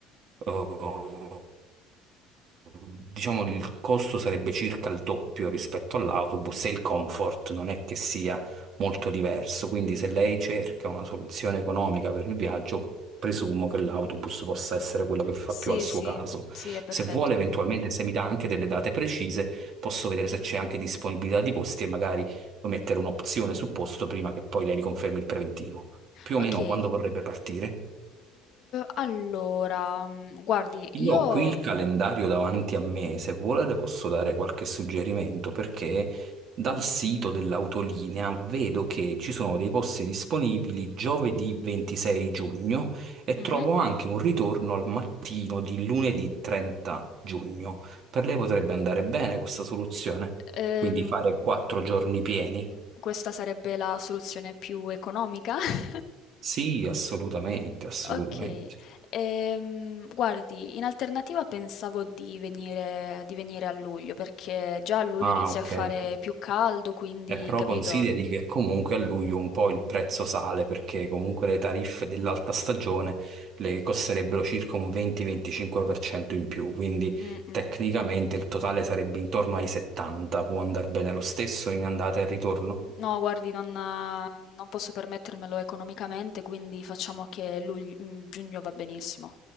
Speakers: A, on the right (about 50°); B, on the left (about 55°).
A: eh, diciamo il costo sarebbe circa il doppio rispetto all'autobus e il comfort non è che sia molto diverso. Quindi
B: mm,
A: se lei
B: mm.
A: cerca una soluzione economica per il viaggio, presumo che l'autobus possa essere quello che fa
B: Sì,
A: più al suo
B: sì,
A: caso.
B: sì, è perfetto.
A: Se vuole, eventualmente, se mi dà anche delle date precise, posso vedere se c'è anche disponibilità di posti e magari mettere un'opzione sul posto prima che poi lei mi confermi il preventivo. Più
B: Ok,
A: o meno
B: eh,
A: quando vorrebbe partire?
B: allora, mm, guardi,
A: Io
B: io
A: ho qui il calendario davanti a me, se vuole le posso dare qualche suggerimento perché dal sito dell'autolinea vedo che ci sono dei posti disponibili giovedì 26 giugno e
B: Mhm.
A: trovo anche un ritorno al mattino di lunedì 30 giugno. Per lei potrebbe andare bene questa soluzione?
B: ehm,
A: Quindi fare quattro giorni pieni?
B: questa sarebbe la soluzione più economica. <laughs>
A: Sì, assolutamente, assolutamente.
B: Ok, ehm, guardi, in alternativa pensavo di venire, di venire a luglio, perché già a luglio
A: Ah,
B: inizia
A: ok.
B: a fare
A: ok.
B: più caldo, quindi,
A: Eh, però
B: capito?
A: consideri che comunque a luglio un po' il prezzo sale perché comunque le tariffe dell'alta stagione le costerebbero circa un 20-25% in più, quindi
B: Mm, mm.
A: tecnicamente il totale sarebbe intorno ai 70, può andare bene lo stesso in andata e ritorno?
B: No, guardi, non, eh, non posso permettermelo economicamente, quindi facciamo che lugl- mm, giugno va benissimo.